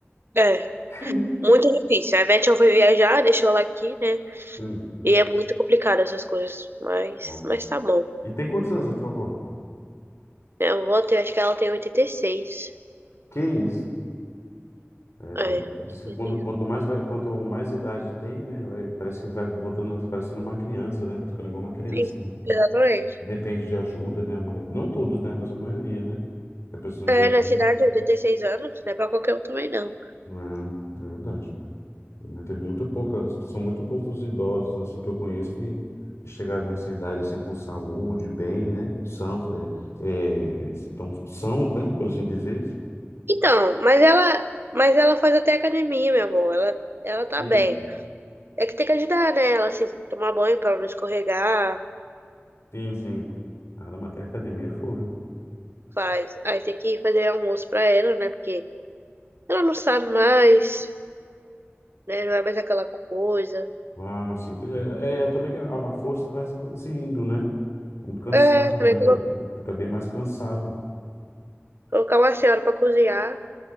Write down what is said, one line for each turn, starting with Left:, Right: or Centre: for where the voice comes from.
Right: É,
Left: <laughs>
Right: muito difícil. A Beth foi viajar, deixou ela aqui, né?
Left: Hum.
Right: E é muito complicado essas coisas, mas,
Left: Nossa.
Right: mas tá bom.
Left: E tem quantos anos a tua avó?
Right: Minha avó tem, acho que ela tem 86.
Left: Que isso? É,
Right: É,
Left: qu-
Right: 86
Left: diz que quando, quanto
Right: anos.
Left: mais, ve- quanto mais idade tem, né, vai- parece que vai voltando, parecendo uma criança, né, vai ficando igual uma criança,
Right: Isso,
Left: né?
Right: Exatamente.
Left: Depende de ajuda, né, mas, não todos, né, mas a maioria, né, que precisam de
Right: É,
Left: ajuda,
Right: na cidade, 86 anos, não é pra qualquer um também, não.
Left: né, é, é verdade. Né, Teve muito poucas, são muito poucos idosos, assim, que eu conheço que, que chegaram nessa idade, assim, com saúde, bem, né, são, é, é, estão sãos, né, por assim dizer.
Right: Então, mas ela, mas ela faz até academia, minha avó. Ela, ela tá
Left: E,
Right: bem. É que tem que ajudar, né? Ela se tomar banho pra ela não escorregar,
Left: sim, sim, caramba, até a academia é fogo, né?
Right: faz. Aí tem que fazer almoço pra ela, né? Porque ela não sabe mais, né? Não é mais aquela coisa.
Left: Ah, sim. entendi. É, é também que a, a força vai se, se indo, né? Muito cansado,
Right: É, também
Left: né?
Right: colo-
Left: Fica bem mais cansado.
Right: colocar uma senhora pra cozinhar,